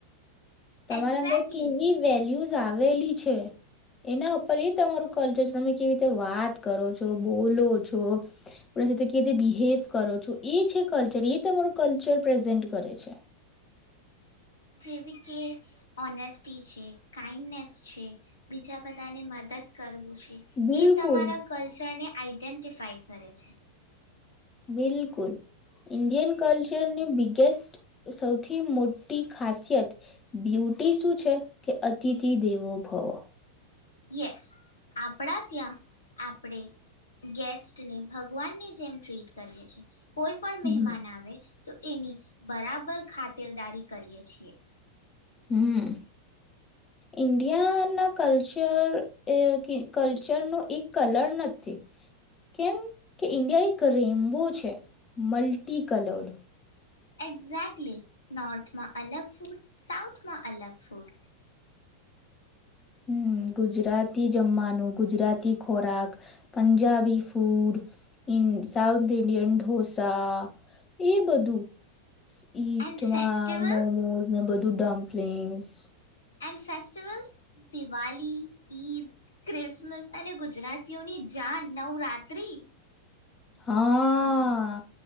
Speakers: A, on the left; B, on the left.
A: તમારા
B: એક્ઝેક્ટલી
A: અંદર કેવી વેલ્યુ ઝ આવેલી છે એના ઉપર એ તમારું કલ્ચર છે તમે કેવી રીતે વાત કરો છો? બોલો છો? કે રીતે બિહેવ કરો છો એ છે કલ્ચર એ તમારું કલ્ચર પ્રેઝન્ટ કરે છે.
B: જેવી કે ઓનેસ્ટી છે. કાઈન્ડનેસ છે. બીજા બધાને મદદ કરુંવુ. છે.
A: બિલકુલ
B: એ તમારા કલ્ચરને આઈડેન્ટફાઈ કરે છે.
A: બિલકુલ, ઇન્ડિયન કલ્ચરની બિગેસ્ટ સૌથી મોટી ખાસિયત બ્યુટી શું છે કે અતિથિ દેવો ભવો.
B: યસ, આપણા ત્યાં આપણે ગેસ્ટને ભગવાનની જેમ ટ્રીટ કરીએ છીએ. કોઈ પણ મહેમાન
A: હમ
B: આવે તો એની બરાબર ખાતરદારી કરીએ છીએ.
A: હમ્મ, ઇન્ડિયા ના કલ્ચર એ એક કલ્ચર નો એક કલર નથી કેમ કે ઈન્ડિયા એક રેમ્બો છે. Multi coloured.
B: એક્ઝેક્ટલી, નોર્થમાં અલગ ફૂડ. સાઉથમાં અલગ ફૂડ.
A: હમ્મ, ગુજરાતી જમવાનું. ગુજરાતી ખોરાક, Punjabi food, south Indian dosa એ બધું ઇસ્ટ
B: એન્ડ ફેસ્ટિવલ્સ
A: માં મોમોસ ને બધું. દુ dumplings
B: and festival દિવાળ, Eid, Christmas અને ગુજરાતીઓની જાન નવરાત્રી.
A: હા